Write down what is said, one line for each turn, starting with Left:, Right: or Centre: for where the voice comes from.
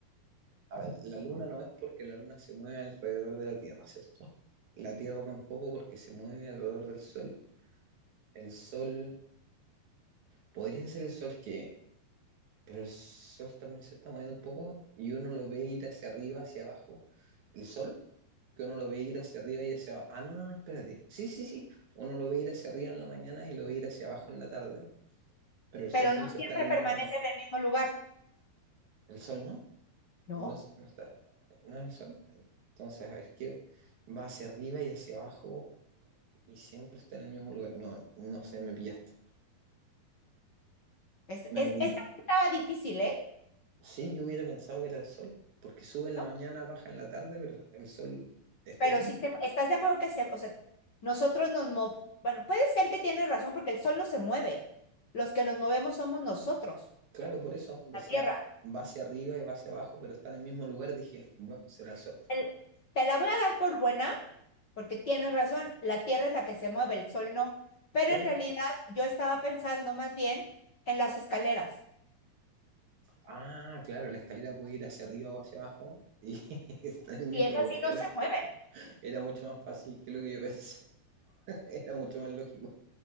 Right: A ver, la luna no es porque la luna se mueve alrededor de la Tierra, ¿cierto? La Tierra tampoco porque se mueve alrededor del Sol. El Sol, podría ser el Sol que, pero el Sol también se está moviendo un poco y uno lo ve ir hacia arriba, hacia abajo. El Sol, que uno lo ve ir hacia arriba y hacia abajo. Ah, no, no, no, espérate. Sí, sí, sí. Uno lo ve ir hacia arriba en la mañana y lo ve ir hacia abajo en la tarde, pero el Sol
Left: pero
Right: siempre
Left: no siempre
Right: está en
Left: permanece
Right: el mismo.
Left: en el mismo lugar,
Right: ¿El Sol no?
Left: ¿no?
Right: No, se- no está. ¿No es el Sol? Entonces, a ver, ¿qué? Va hacia arriba y hacia abajo y siempre está en el mismo lugar. No, no sé, me pillaste.
Left: Es,
Right: Me
Left: es,
Right: lo-
Left: esta estaba difícil, ¿eh?
Right: sí, yo hubiera pensado que era el sol, porque sube en
Left: ¿No?
Right: la mañana, baja en la tarde, pero el sol está
Left: Pero
Right: ahí mismo.
Left: sí, te- ¿estás de acuerdo que se, o sea, nosotros nos movemos, bueno, puede ser que tienes razón porque el sol no se mueve, los que nos movemos somos nosotros,
Right: Claro, por eso decía,
Left: la Tierra.
Right: va hacia arriba y va hacia abajo, pero está en el mismo lugar. Dije, bueno, será el sol.
Left: El- te la voy a dar por buena, porque tienes razón, la Tierra es la que se mueve, el sol no, pero
Right: Claro.
Left: en realidad yo estaba pensando más bien en las escaleras,
Right: Ah, claro, la escalera puede ir hacia arriba o hacia abajo y <laughs> está en el mismo
Left: y esas
Right: lugar.
Left: sí
Right: Era,
Left: no se mueven.
Right: era mucho más fácil que lo que yo pensé, <laughs> era mucho más lógico.